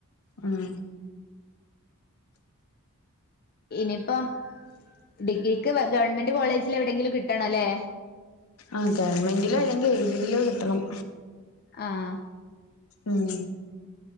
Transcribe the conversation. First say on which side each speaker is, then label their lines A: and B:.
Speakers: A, on the left; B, on the left.
A: ഉം
B: ഇനിയിപ്പം ഡിഗ്രിക്ക് വ ഗവൺമെന്റ് കോളേജിൽ എവിടെങ്കിലും കിട്ടണം ല്ലേ?
A: ആ ഗവൺമെന്റിലോ അല്ലെങ്കിൽ എയ്ഡഡിലോ കിട്ടണം
B: ആഹ്
A: ഉം...